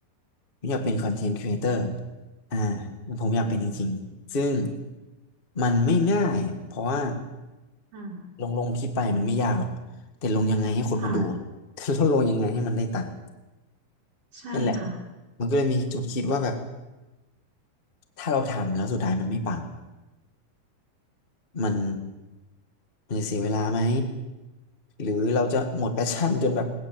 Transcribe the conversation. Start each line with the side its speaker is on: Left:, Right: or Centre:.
Left: ผมอยากเป็นคอนเทนต์ครีเอเตอร์อ่ามันผมอยากเป็นจริงๆซึ่งมันไม่ง่ายเพราะว่า
Right: ค่ะ
Left: ลงลงคลิปไปมันไม่ยากหรอกแต่ลงยังไงให้คนมาดูอะ
Right: ค่ะ
Left: <laughs> แต่ดลงยังไงให้มันได้ตังค์
Right: ใช่ค่ะ
Left: นั่นแหละมันก็เลยมีจุดคิดว่าแบบถ้าเราทำแล้วสุดท้ายมันไม่ปัง มันมันจะเสียเวลาไหมหรือเราจะหมดแพชชั่นจนแบบ